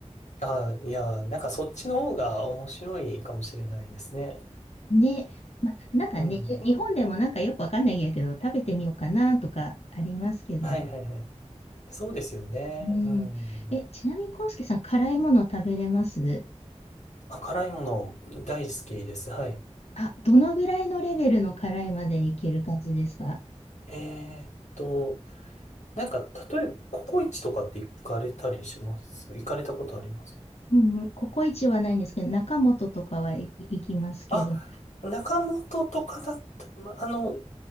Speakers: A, on the left; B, on the left.
A: あ、いや、なんかそっちの方が面白いかもしれないですね。
B: ね、まあ、なんかね、
A: うん。
B: 日本でもなんかよくわかんないけど、食べてみようかなとかありますけどね。
A: はいはいはい。そうですよね。
B: うん。
A: うん。
B: え、ちなみに、コウスケさん、辛いもの食べれます
A: あ、辛いもの大好きです。はい。
B: あ、どのぐらいのレベルの辛いまでいける感じですか
A: えーっと、なんか、例えば、ココイチとかって行かれたりします行かれたことあります
B: うんうん、ココイチはないんですけど、中本とかはい、
A: うん。
B: 行きますけど。
A: あ、中本とかだった。ま、あの、